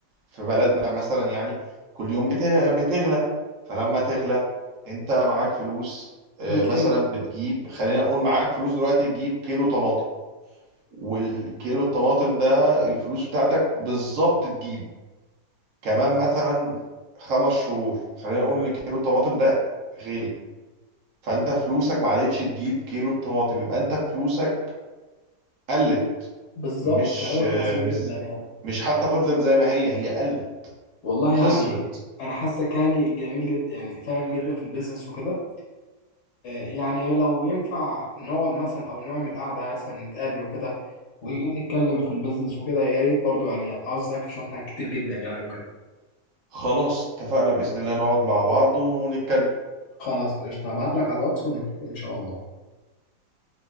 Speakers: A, on the right (about 55°); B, on the left (about 60°).
A: في بلدنا مثلا يعني كل يوم بت- بتغلى فلما تغلى انت معاك فلوس آه،
B: بتقل
A: مثلا بتجيب خلينا نقول معاك فلوس دلوقتي تجيب كيلو طماطم والكيلو الطماطم ده الفلوس بتاعتك بالظبط تجيبه كمان مثلا خمس شهور خلينا نقول ان كيلو الطماطم ده غالي فانت فلوسك ما عادتش تجيب كيلو الطماطم يبقى انت فلوسك قلت
B: بالظبط
A: مش
B: كلامك مظبوط
A: مش
B: جدا يعني
A: مش حتى فضلت زي ما هي هي قلت
B: والله
A: خسرت
B: يعني انا حاسك يعني جميل جدا يعني فاهم جدا في البيزنس وكده آه، يعني لو ينفع نقعد مثلا او نعمل قعده يعني مثلا نتقابل وكده ونتكلم في البيزنس وكده يا ريت برضو يعني عاوز اسالك في شويه حاجات كتير جدا يعني وكده
A: خلاص اتفقنا بإذن الله نقعد مع بعض ونتكلم
B: خلاص قشطه هبعت لك على الواتس ونتفق ان شاء الله